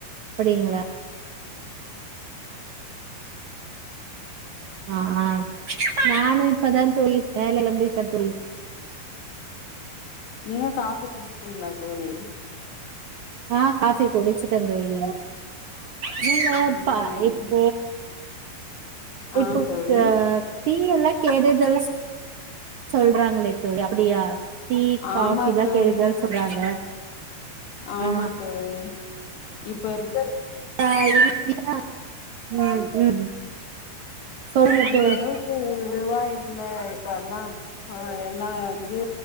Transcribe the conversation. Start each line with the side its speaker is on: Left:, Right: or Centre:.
Right: அப்படிங்களா ஆ ஆ நானு இப்பதா தோழி வேலல்லா முடிச்ச தோழி
Left: நீங்க காஃபி குடிச்ட்டீங்ளா தோழி
Right: ஆ காஃபி குடிச்சுட்டேந் தோழி நீங்கப்பா
Left: ம்
Right: இப்போ இப்போ
Left: ஆ தோழி
Right: டீ யெல்லா கெடுதல்ஸ் சொல்றாங்களே தோழி அப்டியா டீ காஃபிலா
Left: ஆமா தோழி
Right: கெடுதல் சொல்றாங்க
Left: ஆமா
Right: ஆ
Left: தோழி இப்ப இருக்க
Right: ஆ <unintelligible> ம் ம் சொல்லுங்க
Left: அந்த
Right: தோழி
Left: அளவுக்கு இதுவா இல்ல இப்ப எல்லா எல்லா வந்து